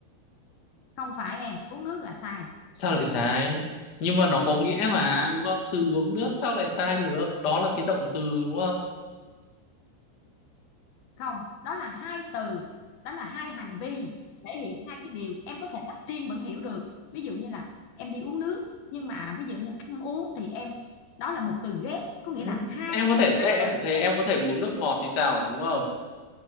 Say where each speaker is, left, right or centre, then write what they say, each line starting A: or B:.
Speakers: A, on the left (about 70°); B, on the left (about 35°).
A: không phải em, uống nước là sai.
B: sao lại sai? Nhưng mà nó có nghĩa mà đúng không? Từ uống nước sao lại sai được? Đó là cái động từ đúng không?
A: không đó là hai từ đó là hai hành vi thể hiện hai cái điều em có thể tách riêng vẫn hiểu được ví dụ như là em đi uống nước nhưng mà ví dụ như ăn uống thì em đó là một từ ghép có nghĩa
B: Ừ,
A: là hai
B: em
A: ghép
B: có thể
A: hai
B: ê, em-
A: từ
B: thế em có thể uống nước ngọt thì sao đúng không?